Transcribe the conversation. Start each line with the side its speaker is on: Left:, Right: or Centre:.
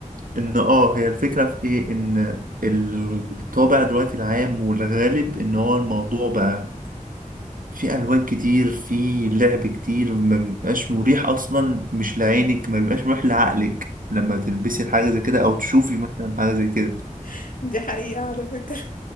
Right: ان اه هي الفكرة في ايه ان الطابع دلوقتي العام والغالب ان هو الموضوع بقى في الوان كتير في لعب كتير ما بيبقاش مريح اصلا مش لعينك ما بيبقاش مريح لعقلك لما تلبسي حاجة زي كده او تشوفي مثلا حاجة زي كده
Left: <laughs> دي حقيقة على فكرة